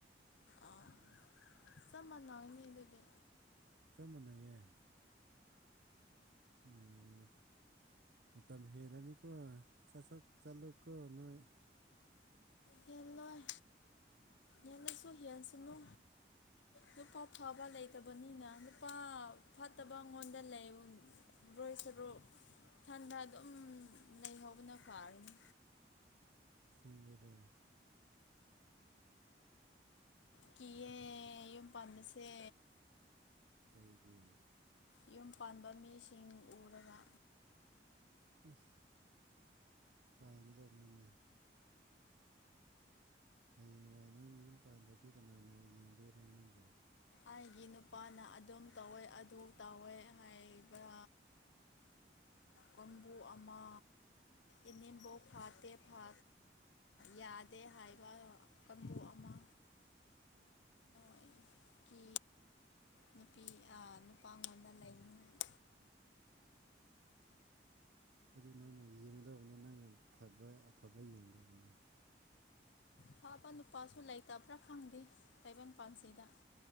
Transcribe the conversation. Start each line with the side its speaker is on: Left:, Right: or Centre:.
Left: ꯑꯥ ꯁꯃꯟꯅꯅꯤ ꯑꯗꯨꯗꯤ
Right: ꯆꯞ ꯃꯥꯟꯅꯩꯌꯦ ꯎꯝ ꯃꯇꯝ ꯃꯇꯝ ꯍꯦꯜꯂꯅꯤꯀꯣ ꯁꯥ ꯁꯠ ꯆꯥꯂꯨꯀꯣ ꯅꯣꯏ
Left: ꯍꯦꯜꯂꯣꯏ ꯍꯦꯜꯂꯁꯨ ꯍꯦꯜꯁꯅꯨ ꯅꯨꯄꯥ ꯐꯕ ꯂꯩ ꯇꯕꯅꯤꯅ ꯅꯨꯄꯥ ꯐꯠꯇꯕ ꯉꯣꯟꯗ ꯂꯩ ꯔꯣꯏ ꯁꯔꯨꯛ ꯊꯟꯗ ꯑꯗꯨꯝ ꯂꯩꯍꯧꯕꯅ ꯐꯥꯔꯅꯤ
Right: ꯁꯦꯡꯕꯤꯔꯣ
Left: ꯀꯤꯌꯦ ꯌꯨꯝ ꯄꯥꯟꯕꯁꯦ
Right: ꯀꯩꯒꯤ
Left: ꯌꯨꯝ ꯄꯥꯟꯕ ꯃꯤꯁꯤꯡ ꯎꯔꯒ
Right: ꯏꯁ ꯄꯥꯏꯒꯗꯕꯅꯤꯅꯦ ꯍꯌꯦꯡꯋꯥꯏ ꯅꯪ ꯌꯨꯝ ꯄꯥꯟꯗꯗꯤ ꯀꯅꯥꯅ ꯌꯦꯡꯗꯣꯏꯔꯣ ꯅꯪꯕꯣ
Left: ꯑꯩꯒꯤ ꯅꯨꯄꯥꯅ ꯑꯗꯨꯝ ꯇꯧꯋꯦ ꯑꯗꯨ ꯇꯧꯋꯦ ꯍꯥꯏꯕ ꯀꯣꯟꯕꯨ ꯑꯃ ꯏꯅꯦꯝꯕꯣꯛ ꯐꯥꯠꯇꯦ ꯐꯥ ꯌꯥꯗꯦ ꯍꯥꯏꯕ ꯀꯥꯡꯕꯨ ꯑꯃ ꯑꯩ ꯀ ꯅꯨꯄꯤ ꯅꯨꯄꯥ ꯑꯩꯉꯣꯟꯗ ꯂꯩꯅꯤꯡꯉꯥꯏ
Right: ꯑꯗꯨ ꯅꯪꯅ ꯌꯦꯡꯒꯗꯕꯅꯤ ꯅꯪꯅ ꯐꯕ ꯑꯐꯕ ꯌꯦꯡꯗꯕꯅꯤ
Left: ꯐꯥꯕ ꯅꯨꯄꯥꯁꯨ ꯂꯩꯇꯕ꯭ꯔꯥ ꯈꯪꯗꯦ ꯇꯥꯏꯕꯪ ꯄꯥꯟꯁꯤꯗ